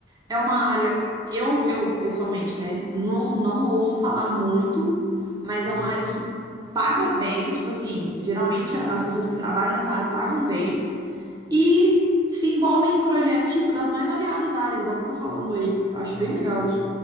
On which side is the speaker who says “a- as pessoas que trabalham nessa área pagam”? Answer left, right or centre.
Right